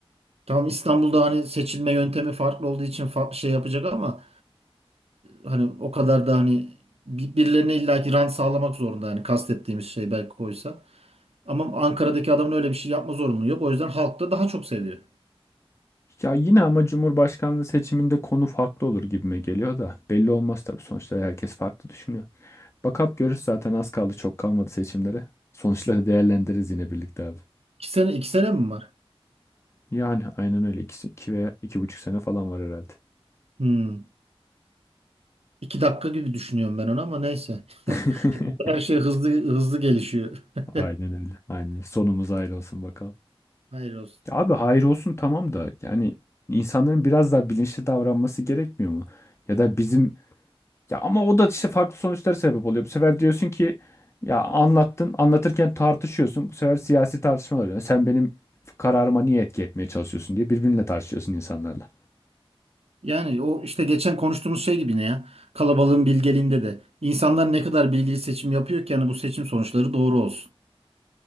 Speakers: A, on the right; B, on the left.
A: Tamam İstanbul'da hani seçilme yöntemi farklı olduğu için farklı şey yapacak ama hani o kadar da hani bir- birilerine illaki rant sağlamak zorunda yani kastettiğimiz şey belki koysa. Ama Ankara'daki adamın öyle bir şey yapma zorunluluğu yok. O yüzden halk da daha çok seviyor.
B: Ya yine ama Cumhurbaşkanlığı seçiminde konu farklı olur gibime geliyor da belli olmaz tabii sonuçta herkes farklı düşünüyor. Bakap görür zaten az kaldı çok kalmadı seçimlere. Sonuçları değerlendiririz yine birlikte abi.
A: İki sene, iki sene mi var?
B: Yani aynen öyle. İki, iki veya iki buçuk sene falan var herhalde.
A: Hmm. İki dakika gibi düşünüyorum ben onu ama neyse.
B: <laughs>
A: <laughs> Her şey hızlı hızlı gelişiyor. <laughs>
B: Aynen öyle. Aynen. Sonumuz hayır olsun bakalım.
A: Hayır olsun.
B: Ya Abi
A: Tamam.
B: hayır olsun tamam da yani insanların biraz daha bilinçli davranması gerekmiyor mu? Ya da bizim ya ama o da işte farklı sonuçlara sebep oluyor. Bu sefer diyorsun ki ya anlattın anlatırken tartışıyorsun. Bu sefer siyasi tartışmalar oluyor. Sen benim kararıma niye etki etmeye çalışıyorsun diye birbirinle tartışıyorsun insanlarla.
A: Yani o işte geçen konuştuğumuz şey gibi ne ya? Kalabalığın bilgeliğinde de. İnsanlar ne kadar bilgili seçim yapıyor ki yani bu seçim sonuçları doğru olsun.